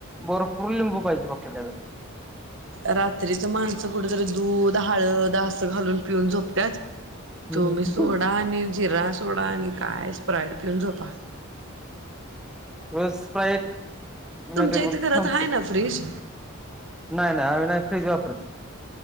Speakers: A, in the centre; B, on the right.
A: भरपूर लिंबू पाहिजे फक्त त्याला.
B: रात्रीच माणसं कुठेतरी दूध, हळद आस घालून पिऊन झोपत्यात,
A: त्याला
B: तो मी सोडा आणि जिरा सोडा आणि का स्प्राइड पिऊन झोपा.
A: रोज स्प्राईट नाहीतर,
B: तुमच्या इथे
A: मग
B: घरात
A: थम्स
B: आहे
A: अप.
B: ना फ्रीज?
A: नाय नाय आम्ही नाही फ्रीज वापरत.